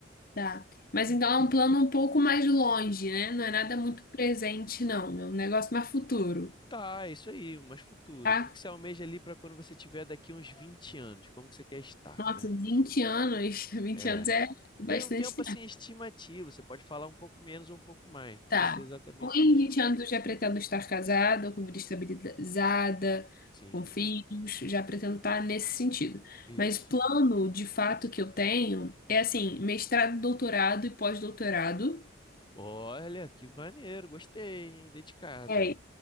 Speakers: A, on the left; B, on the left.
A: tá. Mas então é um plano um pouco mais longe, né? Não é nada muito presente, não. É um negócio mais futuro,
B: Tá, é isso aí, mas futuro.
A: tá?
B: O que que você almeja ali para quando você tiver daqui uns 20 anos? Como que você quer estar,
A: Nossa,
B: né?
A: 20 anos, <laughs> 20
B: É.
A: anos é bastante
B: Dei um tempo assim estimativo, você pode falar um pouco menos ou um pouco mais, não precisa
A: Tá.
B: ser exatamente
A: Com 20
B: isso.
A: anos, já pretendo estar casada, com vida estabilizada,
B: Sim,
A: com filhos, já pretendo estar nesse sentido.
B: isso.
A: Mas o plano de fato que eu tenho é assim, mestrado, doutorado e pós-doutorado.
B: Olha, que maneiro, gostei, hein? Dedicada.
A: É,